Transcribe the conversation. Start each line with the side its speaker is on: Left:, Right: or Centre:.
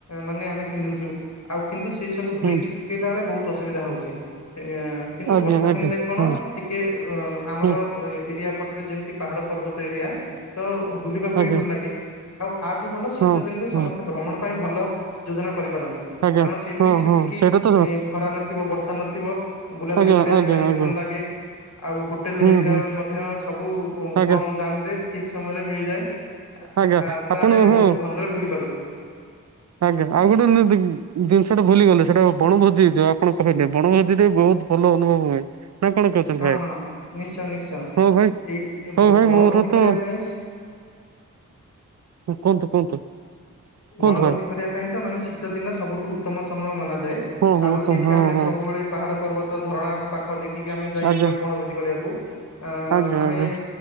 Left: ମାନେ ଆମେ ପିନ୍ଧୁଛୁ। ଆଉ କିନ୍ତୁ ସେ ସବୁ ଧୋଇକି
Right: ହୁଁ
Left: ସୁଖେଇଲା ବେଳେ ବହୁତ ଅସୁବିଧା ହଉଛି। ଏ କିନ୍ତୁ
Right: ଆଜ୍ଞା
Left: ବର୍ଷା
Right: ଆଜ୍ଞା
Left: ଦିନିରେ କଣ
Right: ହୁଁ
Left: ଟିକେ ଅ ଆମର
Right: ହୁଁ
Left: ଏରିଆ ପଟରେ ଯେମିତି ପାହାଡ ପର୍ବତ ଏରିଆ ତ ବୁଲିବାକୁ
Right: ଆଜ୍ଞା
Left: ବି ଭଲ ଲାଗେ। ଆଉ ଆଠୁ ଭଲ ଶୀତ
Right: ହଁ
Left: ଦିନରେ
Right: ହଁ
Left: ସମସ୍ତେ ଭ୍ରମଣ ପାଇଁ ଭଲ ଯୋଜନା କରିପାରନ୍ତି।
Right: ଆଜ୍ଞା
Left: କାରଣ ସେଇଠି
Right: ହଁ
Left: ସେତିକି
Right: ହଁ ସେଇଟା ତ
Left: ଖରା ନଥିବ, ବର୍ଷା ନଥିବ ବୁଲାବୁଲି
Right: ଆଜ୍ଞା
Left: କରିବା
Right: ଆଜ୍ଞା
Left: ପାଇଁ
Right: ଆଜ୍ଞା
Left: ଭଲ ଲାଗେ। ଆଉ ହୋଟେଲ
Right: ହୁଁ
Left: ହେରିକା
Right: ହୁଁ
Left: ମଧ୍ୟ ସବୁ
Right: ଆଜ୍ଞା
Left: କମ୍ ଦାମ ରେ ଠିକ୍ ସମୟରେ ମିଳିଯାଏ।
Right: ଆଜ୍ଞା
Left: ଆ ତ
Right: ଆପଣ
Left: ଆମେ ବହୁତ
Right: ହଁ
Left: ଭଲରେ ବୁଲିପାରୁ।
Right: ଆଜ୍ଞା ଆଉ ଗୋଟେ ଜିନିଷ ଟେ ଭୁଲି ଗଲେ ସେଟା ବଣଭୋଜି। ଯୋଉ ଆପଣ କହିଲେ ବଣଭୋଜିରେ ବହୁତ ଭଲ ଅନୁଭବ ହୁଏ। ନା କଣ କହୁଛନ୍ତି
Left: ହଁ
Right: ଭାଇ?
Left: ହଁ ନିଶ୍ଚୟ ନିଶ୍ଚୟ।
Right: ହଉ ଭାଇ,
Left: ଏଇ ଏ
Right: ହଉ ଭାଇ
Left: ବଣଭୋଜି
Right: ମୋର ତ
Left: କରିବା ପାଇଁ
Right: କୁହନ୍ତୁ କୁହନ୍ତୁ। କୁହନ୍ତୁ
Left: ବଣଭୋଜି
Right: ଭାଇ।
Left: କରିବା ପାଇଁ ତ ମାନେ ଶୀତ ଦିନ ସବୁଠୁ ଉତ୍ତମ ସମୟ ମନା ଯାଏ।
Right: ହଁ ହଁ
Left: ଆଉ
Right: ତ
Left: ସେଇଠି
Right: ହଁ
Left: ଆମେ
Right: ହଁ
Left: ସବୁବେଳେ ପାହାଡ, ପର୍ବତ, ଝରଣା ପାଖ ଦେଖିକି ଆମେ ଯାଇଥାଉ
Right: ଆଜ୍ଞା
Left: ବଣଭୋଜି କରିବାକୁ। ଅ
Right: ଆଜ୍ଞା
Left: ଆମେ
Right: ଆଜ୍ଞା।